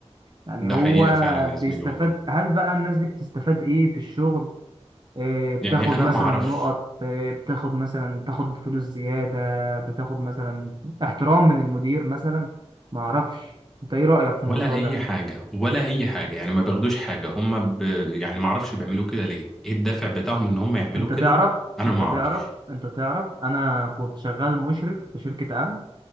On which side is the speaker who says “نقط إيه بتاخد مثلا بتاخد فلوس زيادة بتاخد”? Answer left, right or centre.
Right